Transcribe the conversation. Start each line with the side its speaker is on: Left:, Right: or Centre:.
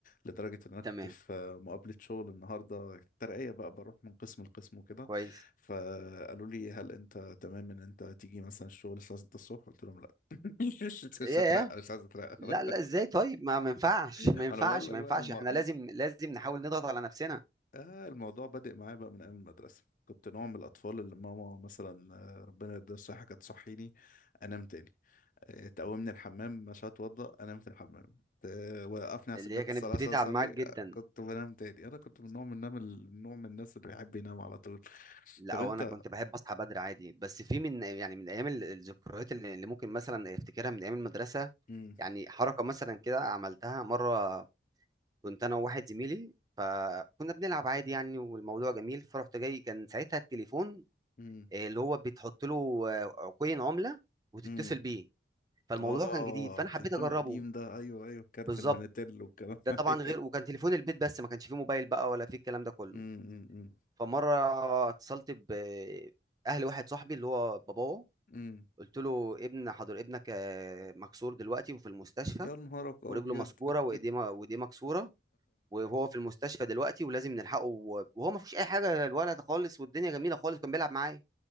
Left: لدرجة ان انا كنت
Right: تمام
Left: في آه، مقابلة شغل النهاردة الترقية بقى بروح من قسم لقسم وكده
Right: كويس
Left: فقالوا لي هل انت تمام ان انت تيجي مثلا الشغل الساعة 6 الصبح قلت لهم لا، <laughs> مش مش
Right: ياه
Left: هترقى مش عايز اترقى خلاص
Right: لا لا ازاي طيب ما ما ينفعش
Left: ما
Right: ما ينفعش
Left: انا بقول لك
Right: ما
Left: بقى
Right: ينفعش
Left: المو...
Right: احنا لازم لازم نحاول نضغط على نفسنا
Left: آه الموضوع بادئ معايا بقى من ايام المدرسه كنت نوع من الاطفال اللي ماما مثلا آه، ربنا يديها الصحه كانت تصحيني انام تاني آه، تقومني الحمام مش هتوضى انام في الحمام ت- وقفني على سجاده
Right: اللي هي كانت
Left: الصلاه عشان
Right: بتتعب
Left: اصلي
Right: معاك جدا
Left: آه، كنت بنام تاني انا كنت من نوع من النوم النوع من الناس اللي بيحب ينام على طول
Right: لا
Left: طب
Right: او
Left: انت
Right: انا كنت بحب اصحى بدري عادي بس في من يعني من ايام ال- الذكريات اللي اللي ممكن مثلا افتكرها من ايام المدرسه
Left: امم
Right: يعني حركه مثلا كده عملتها مره كنت انا وواحد زميلي فكنا بنلعب عادي يعني والموضوع جميل فرحت جاي كان ساعتها التليفون
Left: امم
Right: آه، اللي هو بتحط له آه، كوين عمله وتتصل
Left: امم
Right: بيه فالموضوع
Left: اه
Right: كان جديد فانا
Left: التليفون
Right: حبيت اجربه
Left: القديم ده ايوه ايوه كارت
Right: بالظبط
Left: المينيتيل والكلام
Right: ده
Left: <laughs>
Right: طبعا
Left: ايوه
Right: غير وكان تليفون البيت بس ما كانش فيه موبايل بقى ولا فيه الكلام ده كله
Left: امم امم
Right: فمره اتصلت باهل واحد صاحبي اللي هو باباه
Left: أمم.
Right: قلت له ابن حضر ابنك آه، مكسور دلوقتي وفي المستشفى
Left: يا نهارك ابيض
Right: ورجله مسكوره
Left: <laughs>
Right: وايديه م- وايديه مكسوره وهو في المستشفى دلوقتي ولازم نلحقه و- وهو ما فيهوش اي حاجه الولد خالص والدنيا جميله خالص كان بيلعب معايا